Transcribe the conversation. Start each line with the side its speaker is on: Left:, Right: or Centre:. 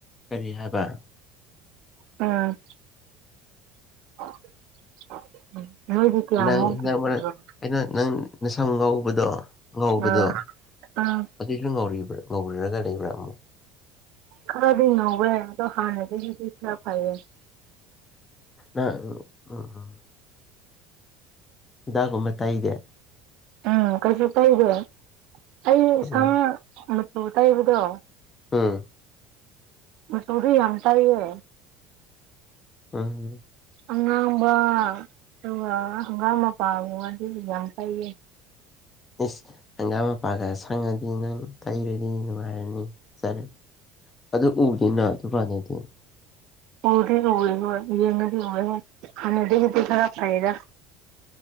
Left: ꯀꯔꯤ ꯍꯥꯏꯕ
Right: ꯎꯝ <unintelligible>
Left: ꯅꯪ ꯍꯟꯗꯛ ꯃꯔꯛ ꯑꯩꯅ ꯅꯪ ꯅꯁꯝ ꯑꯉꯧꯕꯗꯣ ꯉꯧꯕꯗꯣ
Right: ꯑꯥ ꯑꯥ
Left: ꯑꯗꯨꯏꯁꯨ ꯉꯧꯔꯤꯕ꯭ꯔꯥ ꯉꯧ ꯃꯨꯔꯒ ꯂꯩꯕ꯭ꯔ ꯑꯃꯨꯛ
Right: ꯈꯔꯗꯤ ꯉꯧꯋꯦ ꯑꯗꯣ ꯍꯥꯟꯅꯗꯒꯤꯗꯤ ꯈꯔ ꯐꯩꯌꯦ
Left: ꯑ ꯎ ꯎꯝ ꯎꯝ ꯍꯤꯗꯥꯛꯀꯨꯝꯕ ꯇꯩꯗꯦ
Right: ꯎꯝ ꯀꯩꯁꯨ ꯇꯩꯗꯦ ꯑꯩ
Left: ꯎꯝ
Right: ꯁꯝ ꯃꯆꯨ ꯇꯩꯕꯗꯣ
Left: ꯎꯝ
Right: ꯃꯆꯨꯗꯤ ꯌꯥꯝ ꯇꯩꯌꯦ
Left: ꯎꯝ
Right: ꯑꯉꯥꯡꯕ ꯑꯗꯨꯒ ꯍꯪꯒꯥꯝ ꯃꯄꯥꯟꯒꯨꯝꯕ ꯑꯗꯨꯁꯨ ꯌꯥꯝ ꯇꯩꯌꯦ
Left: ꯏꯁ ꯍꯪꯒꯥꯝ ꯃꯄꯥꯟꯒ ꯁꯪꯉꯗꯤ ꯅꯪ ꯇꯩꯔꯗꯤ ꯅꯨꯡꯉꯥꯏꯔꯅꯤ ꯐꯖ ꯑꯗꯨ ꯎꯕꯗꯤ ꯅꯪ ꯑꯗꯨ ꯀꯥꯟꯗꯗꯤ
Right: ꯎꯗꯤ ꯎꯔꯦ ꯅꯣꯏ ꯌꯦꯡꯉꯗꯤ ꯍꯧ ꯍꯣꯏ ꯍꯥꯟꯗꯒꯤꯗꯤ ꯈꯔ ꯐꯩꯗ